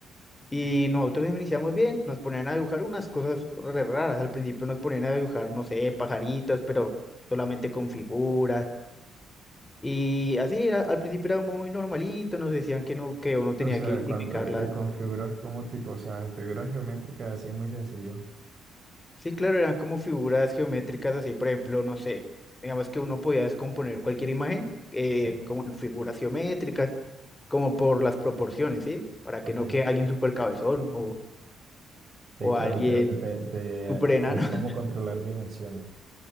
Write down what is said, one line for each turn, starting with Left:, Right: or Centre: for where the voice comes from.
Left: Y nosotros iniciamos bien, nos ponían a dibujar unas cosas re raras. Al principio nos ponían a dibujar, no sé, pajaritos, pero solamente con figuras. Y así era, al principio era muy normalito, nos decían que no, que uno tenía
Right: O sea,
Left: que identificarlas
Right: cuando eh, con figuras como tipo, o sea, figuras geométricas así muy sencillo.
Left: Sí, claro, eran como figuras geométricas así, por ejemplo, no sé, digamos que uno podía descomponer cualquier imagen eh,
Right: Sí,
Left: como en figuras geométricas, como por las proporciones, ¿sí? Para
Right: ok.
Left: que no quede alguien súper cabezón o,
Right: Sí,
Left: o Sí,
Right: claro,
Left: claro. alguien
Right: te, te- te-
Left: súper enano.
Right: es
Left: <laughs>
Right: como controlar dimensiones.